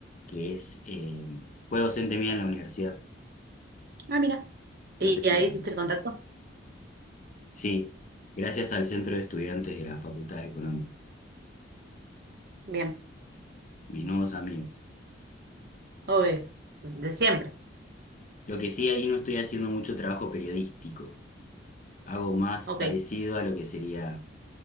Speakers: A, on the left; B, on the right.
A: que es, eh, fue docente mía en la universidad.
B: Ah, mira. ¿Y
A: No sé si
B: ahí
A: la...
B: hiciste el contacto?
A: Sí, gracias al Centro de Estudiantes de la Facultad de Económica,
B: Bien.
A: mis nuevos amigos.
B: Obvio. De siempre.
A: Lo que sí, ahí no estoy haciendo mucho trabajo periodístico. Hago más
B: Ok.
A: parecido a lo que sería